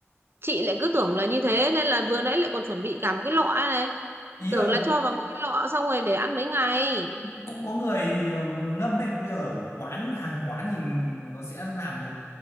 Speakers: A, on the right (about 50°); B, on the left (about 70°).
A: Chị lại cứ tưởng là như thế nên là vừa nãy lại còn chuẩn bị cả một cái lọ này.
B: ý
A: Tưởng
B: là
A: là cho vào một cái lọ xong rồi để ăn mấy ngày.
B: cũng có người ờ, ngâm ấy bây giờ ở quán hàng quán thì nó sẽ làm một